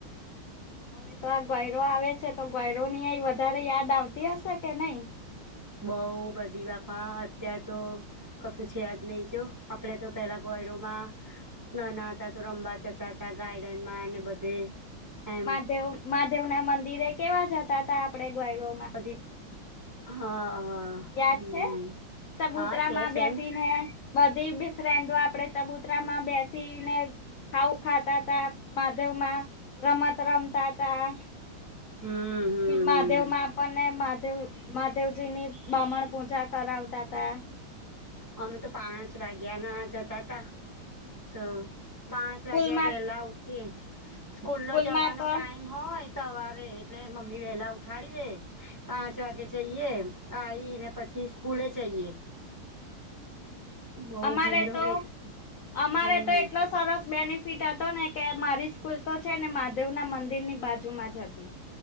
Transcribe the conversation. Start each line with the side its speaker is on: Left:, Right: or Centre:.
Left: હવે તો આ ગયરો આવે છે, તો ગયરો ની અ વધારે યાદ આવતી. હશે કે નઈ
Right: બહુ બધી બાપા અત્યાર તો. કશું છે જ નહી, જો આપણે તો પેલા ગોયરોમાં. નાના હતા તો, રમવા જતા હતા, ગાર્ડન માં અને બધે એમ
Left: મહાદેવ, મહાદેવ ના મંદિરે કેવા જતા હતા, આપડે ગ્વાયડ.
Right: દી, હા, હા. હમ
Left: યાદ છે, ચબૂતરામાં
Right: હા છે છે
Left: બેસીન
Right: ને
Left: હૈ. બધી ફ્રેન્ડો આપડે ચબુતરામાં બેસીને, ખાવું ખાતા હતા. મહાદેવ માં રમત રમતા હતા.
Right: હમ, હમ.
Left: મહાદેવ
Right: હમ
Left: માં આપણને, મહાદેવ મહાદેવજી ની બમણ પૂજા કરાવતા હતા.
Right: અમે તો પાંચ વાગ્યા ના જતા હતા, તો. પાંચ
Left: સ્કૂલમાં
Right: વાગ્યા પહેલા ઉઠી, સ્કૂલ
Left: સ્કૂલમાં
Right: નો જવાનો
Left: તો
Right: ટાઈમ. હોય, સવારે એટલે મમ્મી વેલા ઉઠાડી દે. પાંચ વાગે જઈએ આવીને પછી સ્કૂલે જઈએ. બહુ
Left: અમારે
Right: ભીડ
Left: તો
Right: હોય
Left: અમારે
Right: હમ
Left: તો એટલો સરસ બેનિફિટ હતો ને કે મારી સ્કૂલ તો છે ને મહાદેવ ના મંદિર ની બાજુમાં જ હતી.